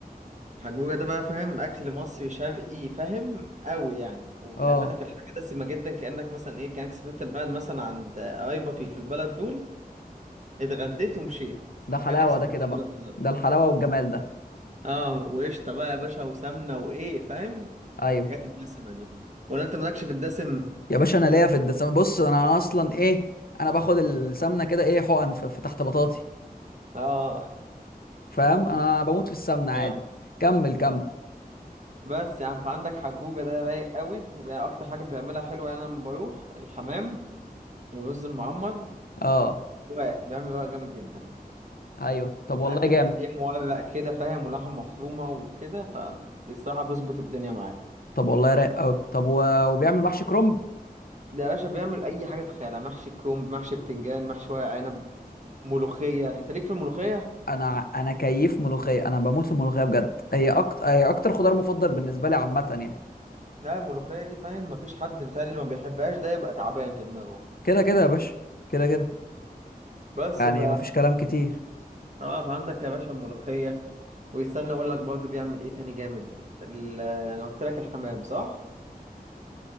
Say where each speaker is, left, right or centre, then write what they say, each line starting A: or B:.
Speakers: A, on the right; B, on the left.
A: حجوجه ده بقى فاهم اكل مصري شرقي فاهم قوي يعني وبيعمل
B: اه
A: لك الحاجه دسمه جدا كانك مثلا ايه كانك سافرت البلد مثلا عند قرايبك اللي في البلد دول اتغديت ومشيت
B: ده حلاوه
A: كانك سافرت
B: ده كده بقى
A: البلد بالظبط
B: ده الحلاوه والجمال ده
A: اه وقشطه بقى يا باشا وسمنه وايه فاهم
B: ايوه
A: الحاجات الدسمه دي ولا انت مالكش في الدسم
B: يا باشا انا ليا في الدسم بص انا اصلا ايه انا باخد السمنه كده ايه حقن في, في تحت بطاطي
A: اه
B: فاهم انا بموت في السمنه عادي
A: اه
B: كمل كمل
A: بس يعني فعندك حجوجة ده رايق قوي وأكتر حاجة بيعملها حلوة يعني أنا لما بروح الحمام ورز المعمر
B: اه
A: وبيعمل رقاق جامد جدا
B: ايوه طب والله
A: عارف أنت
B: جامد
A: بتلاقيه مورق كده فاهم ولحمة مفرومة وكده فبصراحة بيظبط الدنيا معايا
B: طب والله رايق قوي طب و... وبيعمل محشي كرنب
A: ده يا باشا بيعمل أي حاجة تخيلها محشي كرنب محشي بتنجان محشي ورق عنب ملوخية أنت ليك في الملوخية؟
B: انا انا كيف ملوخيه انا بموت في الملوخيه بجد هي اكتر هي اكتر خضار مفضل بالنسبه لي عامه يعني
A: لا الملوخية دي فاهم مفيش حد بيتهيألي ما بيحبهاش ده يبقى تعبان في دماغه
B: كده كده يا باشا كده كده
A: بس
B: يعني
A: ف
B: مفيش كلام كتير
A: اه فعندك يا باشا الملوخية ويستنى اقول لك برضه بيعمل ايه تاني جامد ال- انا قلت لك الحمام صح